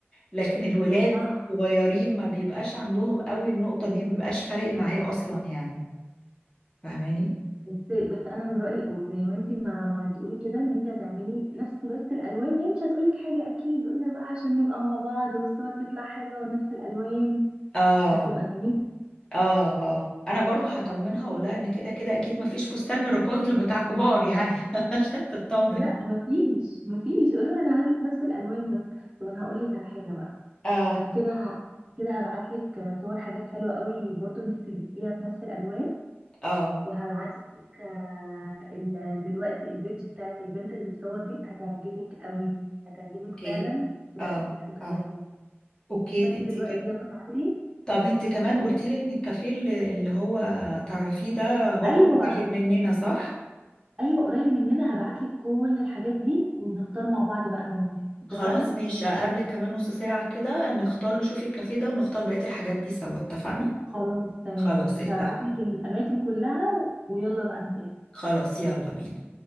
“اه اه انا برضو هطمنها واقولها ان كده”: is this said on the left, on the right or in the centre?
Left